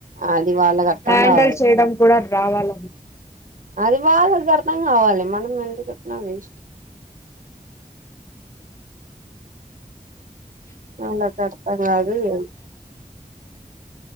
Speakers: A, on the right; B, on the left.
A: అది వాళ్ళకి అర్థం
B: హ్యాడిల్
A: కావాలి
B: చేయడం కూడా రావాల
A: అది వాళ్లకుఅర్థం కావాలి మనం ఎందుకు చెప్పిన ఇష్టం వాళ్లకు అర్థం కాదు ఏం